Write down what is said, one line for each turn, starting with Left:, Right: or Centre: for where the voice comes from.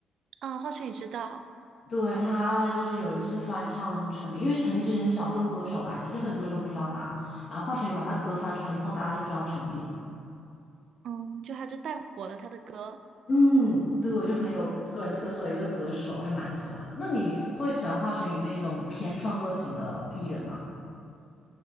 Right: 啊，华晨宇知道，
Left: 对，他就是有一次翻唱陈粒，因为陈粒之前是小众歌手来着，就很多人都不知道他。然后华晨宇把他歌翻唱以后，大家就知道陈粒了。
Right: 嗯，就他就带火了他的歌，
Left: 嗯，对，我就很有个人特色的一个歌手，我还蛮喜欢的。那你会喜欢华晨宇那种偏创作型的艺人吗？